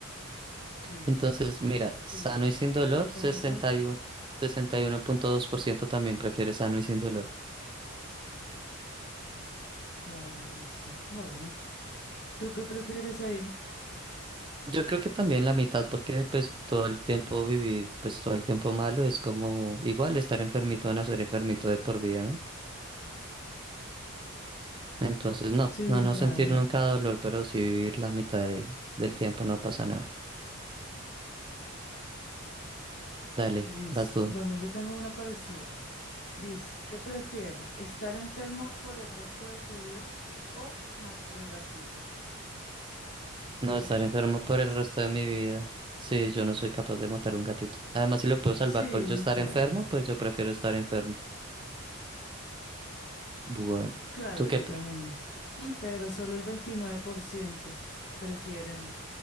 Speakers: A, on the left; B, on the right.
A: Sí,
B: Entonces, mira,
A: sí,
B: sano
A: no, no.
B: y sin dolor,
A: A ver, ¿cuánto
B: sesenta
A: fue?
B: sesenta y uno, sesenta y uno punto dos por ciento también prefiere sano y sin dolor.
A: Claro, listo. Bueno, ¿tú qué prefieres ahí?
B: Yo creo que también la mitad, porque pues todo el tiempo vivir, pues todo el tiempo malo es como igual estar enfermito a nacer enfermito de por vida, ¿no? Entonces no,
A: Sí,
B: no, no
A: claro.
B: sentir nunca dolor, pero sí vivir la mitad de- del tiempo no pasa nada. Dale,
A: Listo.
B: vas tú.
A: Bueno, yo tengo una parecida. Dice, ¿qué prefieres? ¿Estar enfermo por el resto de tu vida o matar un gatito? No,
B: No estar
A: yo no
B: enfermo
A: sería capaz.
B: por el resto de mi vida. Sí, yo no soy capaz de matar un gatito. Además, si lo puedo salvar
A: Sí,
B: por yo estar
A: claro.
B: enfermo, pues yo prefiero estar enfermo. Bueno,
A: Claro,
B: tú qué,
A: yo
B: pr-
A: también. Mm, Pero solo el 29% prefieren